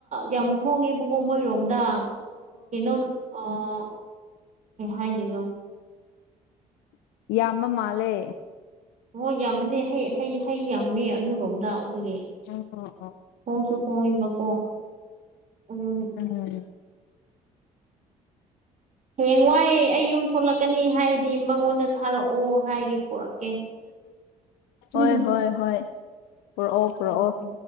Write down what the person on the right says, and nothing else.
ꯌꯥꯝ ꯍꯣꯡꯉꯦꯕꯀꯣ ꯃꯣꯏꯔꯣꯝꯗ ꯀꯩꯅꯣꯝ ꯑꯣ ꯍꯥꯏꯗꯨꯏꯅꯣ
ꯍꯣꯏ ꯌꯥꯝꯕꯅꯦ ꯍꯩ- ꯍꯩ- ꯍꯩ ꯌꯥꯝꯃꯦ ꯑꯗꯨꯔꯣꯝꯗ ꯑꯗꯨꯒꯤ
ꯍꫭꯡꯁꯨ ꯍꫭꯡꯉꯤꯕꯀꯣ ꯑꯗꯨꯒꯤ
ꯍꯌꯦꯡꯋꯥꯏ ꯑꯩ ꯌꯨꯝ ꯊꯣꯛꯂꯛꯀꯅꯤ ꯍꯥꯏꯔꯤꯗꯤ ꯃꯉꯣꯟꯗ ꯊꯥꯔꯛꯑꯣ ꯍꯥꯏꯒꯦ ꯄꯨꯔꯛꯀꯦ
ꯎꯝ
ꯎꯝ